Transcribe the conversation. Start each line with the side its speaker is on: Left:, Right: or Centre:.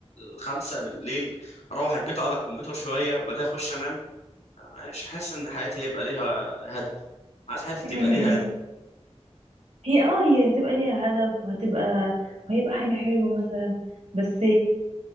Left: 5 بالليل اروح البيت اقعد على الكمبيوتر شوية وبعدين اخش انام مش حاسس ان حياتي هيبقى ليها هدف عايز حياتي تبقى
Right: امم
Left: ليها هدف
Right: <laughs> هي اه هي هتبقى ليها هدف وهتبقى وهيبقى حاجة حلوة مثلا بس